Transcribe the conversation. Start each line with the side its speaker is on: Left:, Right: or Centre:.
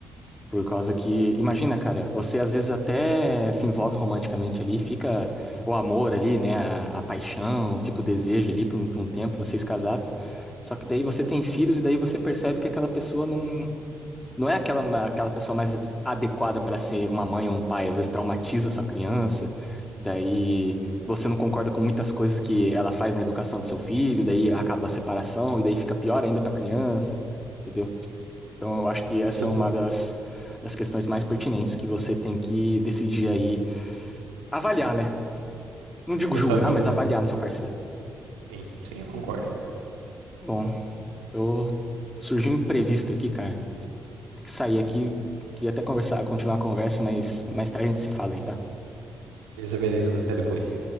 Left: Por causa que, imagina, cara, você às vezes até se envolve romanticamente ali, fica o amor ali, né, a, a paixão, fica o desejo ali por um, por um tempo, vocês casados. Só que daí você tem filhos e daí você percebe que aquela pessoa não, não é aquela, aquela pessoa mais adequada para ser uma mãe ou um pai, às vezes traumatiza a sua criança. Daí você não concorda com muitas coisas que ela faz na educação do seu filho, daí acaba a separação e daí fica pior ainda para a criança, entendeu? Então, eu acho que essa
Right: Sim,
Left: é uma das, das questões mais pertinentes que você tem que decidir aí. Avaliar, né? Não digo
Right: pra
Left: julgar,
Right: sua vida.
Left: mas avaliar no seu parceiro.
Right: Sim, sim, eu concordo.
Left: Bom, eu surgiu um imprevisto aqui, cara. Tem que sair aqui. Queria até conversar, continuar a conversa, mas mais tarde a gente se fala aí, tá?
Right: Beleza, beleza, mas até depois.